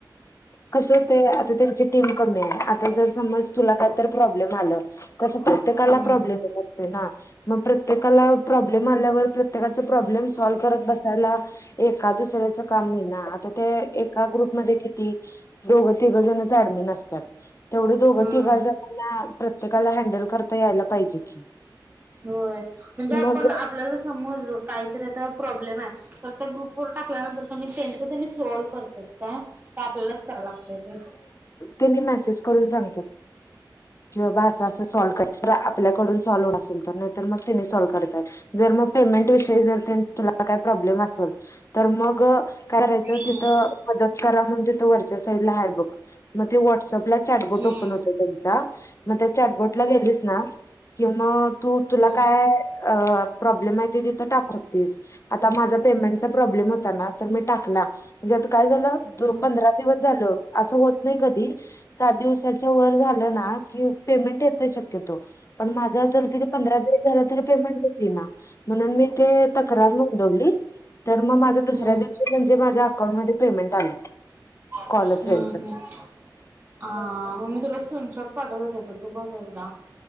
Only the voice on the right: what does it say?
हम्म
हम्म
होय, म्हणजे आपण
आपल्याला समज काहीतरी आता प्रॉब्लेम आहे, तर त्या ग्रुप वर टाकल्यानंतर त्यांनी त्यांच त्यांनी सॉल्व करतात काय, का आपल्यालाच कराय लागतय ते?
हम्म
हम्म
हम्म
हम्म
हम्म हम्म
हम्म
हम्म ह म तुला स्क्रीन शॉट पाठवते तू बघ एकदा,